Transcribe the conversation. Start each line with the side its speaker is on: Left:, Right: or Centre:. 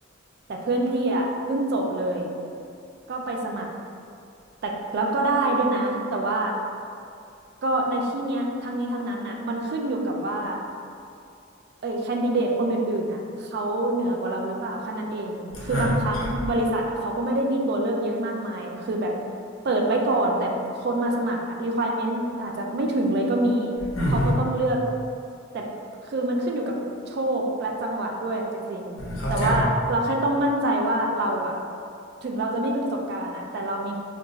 Right: แต่เพื่อนพี่อ่ะเพิ่งจบเลย ก็ไปสมัคร แต่แล้วก็ได้ด้วยนะ แต่ว่าก็ในที่เนี้ยทั้งนี้ทั้งนั้นน่ะมันขึ้นอยู่กับว่า เอ้ยแคนดิเดตคนอื่นๆอ่ะเขาเหนือกว่าเราหรือเปล่าแค่นั้นเองคือบางครั้งบริษัทอ่ะเขาก็ไม่ได้มีตัวเลือกเยอะมากมายคือแบบเปิดไว้ก่อนแต่คนมาสมัครอะ
Left: อ่าครับ
Right: requirement อาจจะไม่ถึงเลยก็มี
Left: อืม
Right: เขาก็ต้องเลือกแต่คือมันขึ้นอยู่กับโชคและจังหวะด้วยเอาจริงๆ
Left: เข้าใจ
Right: แต่ว่าเราแค่ต้องมั่นใจว่าเราอะถึงเราจะไม่มีประสบการณ์อะแต่เรามี